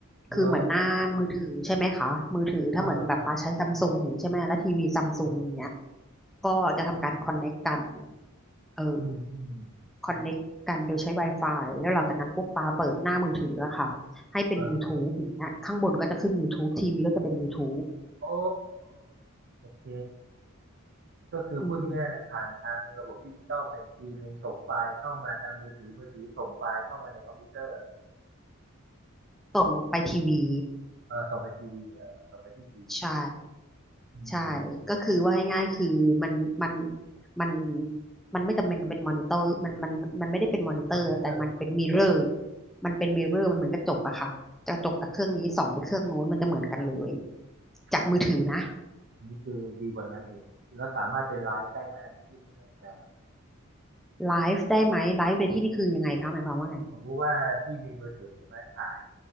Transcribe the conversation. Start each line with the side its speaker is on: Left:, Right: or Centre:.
Right: เหรอ
Centre: คือเหมือนหน้ามือถือใช่ไหมคะมือถือถ้าเหมือนแบบเราใช้ซัมซุงอย่างนี้ใช่ไหมแล้วทีวีซัมซุงอย่างเงี้ย
Right: เออเออเออเออ
Centre: ก็จะทำการคอนเน็กกันเออ
Right: อืมอืม
Centre: คอนเน็กกันโดยใช้ Wi-Fi แล้วหลังจากนั้นปุ๊บปาเปิดหน้ามือถืออะค่ะให้เป็น
Right: เออ
Centre: YouTube อย่างเงี้ยข้างบนก็จะขึ้น YouTube ทีวีก็จะเป็น YouTube
Right: โอ้โอเคก็คือพูดง่ายๆผ่านทางระบบดิจิตอลมาอีกทีนึงส่งไฟล์เข้ามาทางมือถือมือถือส่งไฟล์เข้ามาในคอมพิวเตอร์
Centre: อืมส่งไปทีวี
Right: เออส่งไปทีวีเออส่งไปที่ทีวี
Centre: ใช่
Right: อืมอืม
Centre: ใช่ก็คือว่าง่ายๆคือมันมันมันมันไม่จำเป็นมันเป็นมอนิเตอร์มันมันมันไม่ได้เป็นมอนิเตอร์แต่มันเป็นมิเรอร์
Right: โปรเจคเตอร์
Centre: มันเป็นมิเรอร์มันเหมือนกระจกอะค่ะกระจกจากเครื่องนี้ส่องไปเครื่องโน้นมันจะเหมือนกันเลยจากมือถือนะ
Right: โอ้โหอันนี้คือดีกว่านั้นอีกแล้วสามารถเป็นไลฟ์ได้ไหมอันนี้พี่ไม่แน่ใจ
Centre: ไลฟ์ได้ไหมไลฟ์ในที่นี่คือยังไงคะหมายความว่าไง
Right: ผมรู้ว่าพี่มีมือถือใช่ไหมถ่าย